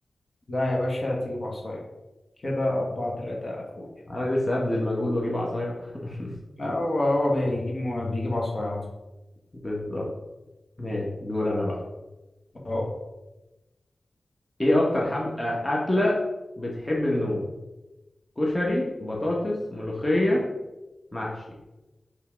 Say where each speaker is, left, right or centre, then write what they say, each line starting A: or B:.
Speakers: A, on the left; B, in the centre.
A: لا يا باشا تجيب عصاية كده أربعة تلاتة يا أخوي
B: انا لسه ابذل مجهود واجيب عصاية <laughs>
A: هو هو بيجيب بيجيب عصايات
B: بالظبط ماشي دور انا بقى
A: اه
B: ايه اكتر حبل أه، اكلة بتحب النوم كشري بطاطس ملوخية محشي